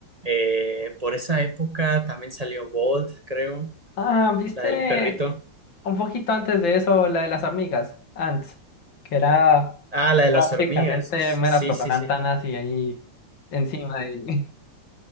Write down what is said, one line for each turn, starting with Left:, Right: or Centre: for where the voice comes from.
Right: eh, por esa época también salió Bolt, creo,
Left: Ah, ¿viste?
Right: la del perrito.
Left: Un poquito antes de eso, la de las amigas, antes, que era
Right: Ah, la de las
Left: prácticamente
Right: hormigas.
Left: mera
Right: Sí,
Left: propaganda
Right: sí, sí.
Left: nazi ahí encima. Y... <laughs>